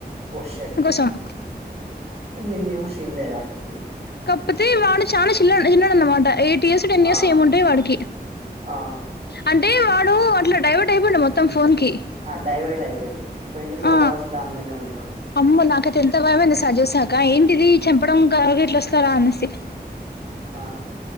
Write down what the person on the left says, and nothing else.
సమ్
కాకపోతే వాడు చానా చిన్నో చిన్నోడు అన్న మాట ఎయిట్ ఇయర్స్ టెన్
ఇయర్స్ ఏమో ఉంటాయి వాడికి
అంటే వాడు అట్లా డ్రైవర్ట్ అయిపోయిండు మొత్తం ఫోన్ కి
ఆ
అమ్మో నాక అయితే ఎంత భయమైంది అధిచూసినాక ఏంటిది చంపడం గవగ ఎట్ల వస్తారా అనేసి